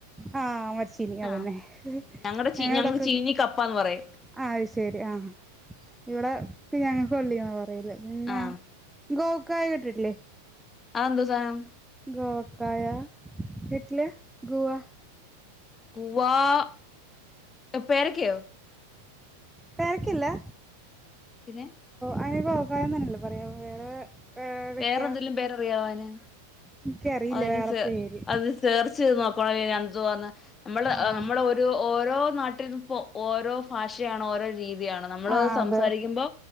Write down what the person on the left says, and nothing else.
ആഹ് ഉം ഞങ്ങടെ ചീ
ഞങ്ങക്ക് ചീനി കപ്പാന്ന് പറയും
ആഹ്
ആന്ത് സാനം. -
ഗുവാ- ഏഹ് പേരയ്ക്കയോ?
പിന്നെ.
വേറെ എന്തെലും പേരറിയാവോന്
അതിന്
സെ
അതിന് സേർച്ച് ചെയ്ത് നോ <unintelligible> എന്തുവാന്ന് നമ്മൾ
നമ്മള് ഒരു ഓ ഓരോ നാട്ടിൽ ഇപ്പോ ഓരോ ഭാഷയാണ് ഓരോ രീ തിയാണ് നമ്മള്
സംസാരിക്കുമ്പോ